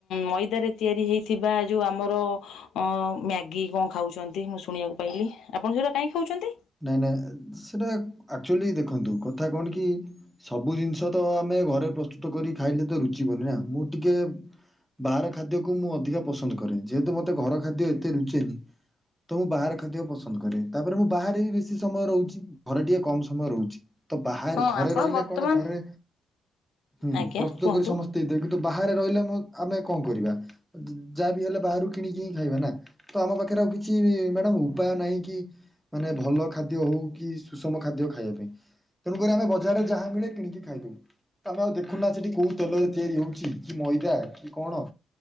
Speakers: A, on the left (about 80°); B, in the centre.
A: ମଇଦାରେ ତିଆରି ହୋଇଇଥିବା ଯେଉଁ ଆମର ଅ ମ୍ୟାଗି କଣ ଖାଉଛନ୍ତି ମୁଁ ଶୁଣିବାକୁ ପାଇଲି। ଆପଣ ସେଗୁା କାଇହିଁକି ଖାଉଛନ୍ତି?
B: ନାଇଁ ନାଇଁ ସେଟା ଆକ୍ଚୁଆଲି ଦେଖନ୍ତୁ କଥା କଣ କି ସବୁ ଜିନିଷ ତ ଆମେ ଘରେ ପ୍ରସ୍ତୁତ କରି ଖାଇଲେ ତ ରୁଚିିବନି ନା ମୁଁ ଟିକେ ବାହାର ଖାଦ୍ୟକୁ ମୁଁ ଅଧିକା ପସନ୍ଦ କରେ। ଯେହେତୁ ମତେ ଘର ଖାଦ୍ୟ ଏତେ ଲୁଚେନି, ତ ମୁଁ ବାହାର ଖାଦ୍ୟ ପସନ୍ଦ କରେ। ତାପରେ ମୁ ବାହାରେ ବି ବେଶୀ ସମୟ ରହୁଛି। ଘରେ ଟିକେ କମ ସମୟ ରହୁଛି। ତ ବାହାରେ
A: ହଁ
B: ଘରେ
A: ଆପଣ
B: ରହିଲେ
A: ବର୍ତ୍ତମାନ
B: କଣ ଘରେ ହୁଁ
A: ଆଜ୍ଞା
B: ପ୍ରସ୍ତୁତ
A: କୁହନ୍ତୁ
B: କରି ସମସ୍ତେ ଦେଇଦେବି କିନ୍ତୁ ବାହାରେ ରହିଲେ ଆ-ଆମେ କଣ କରିବା ଯାହା ବିି ହେଲେ ବାହାରୁ କିଣିକି ହିଁ ଖାଇବା ନା। ତ ଆମ ପାଖରେ ଆଉ କିଛି ମ୍ୟାଡ଼ାମ ଉପାୟ ନାହିଁ କି ମାନେ ଭଲ ଖାଦ୍ୟ ହଉ କି ସୁଷମ ଖାଦ୍ୟ ଖାଇବା ପାଇଁ ତେଣୁକରି ଆମେ ବଜାରରେ ଯାହା ମିଳେ କିଣିକି ଖାଇଦଉ। ଆମେ ଆଉ ଦେଖୁନା ସେଠି କୋଉ ତେଲ ଚେଆରି ହଉଛି କି ମଇଦା କି କଣ